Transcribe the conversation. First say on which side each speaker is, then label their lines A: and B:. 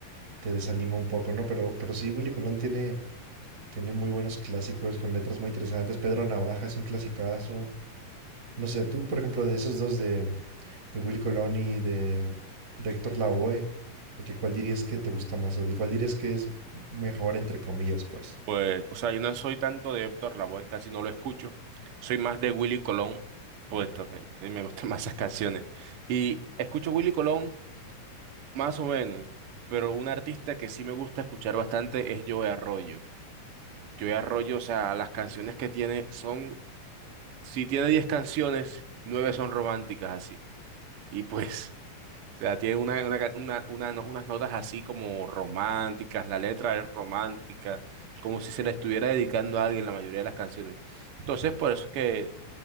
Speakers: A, on the right; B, on the right.
A: te desanima un poco, ¿no? Pero, pero sí, Willy Colón tiene, tiene muy buenos clásicos con letras muy interesantes. Pedro Navaja es un clasicazo. No sé, tú, por ejemplo, de esos dos de Will Colón y de, de Héctor Lavoe, de que cuál dirías que te gusta más o de cuál dirías que es mejor, entre comillas, pues.
B: Pues, o sea, yo no soy tanto de Héctor Lavoe, casi no lo escucho. Soy más de Willy Colón, puesto que que me gustan <laughs> más esas canciones. Y escucho Willy Colón. Más o menos, pero un artista que sí me gusta escuchar bastante es Joe Arroyo. Joe Arroyo, o sea, las canciones que tiene son, si tiene 10 canciones, 9 son románticas así. Y pues, o sea, tiene una, una ca- una- una no- unas notas así como románticas, la letra es romántica, como si se le estuviera dedicando a alguien la mayoría de las canciones. Entonces, por eso es que,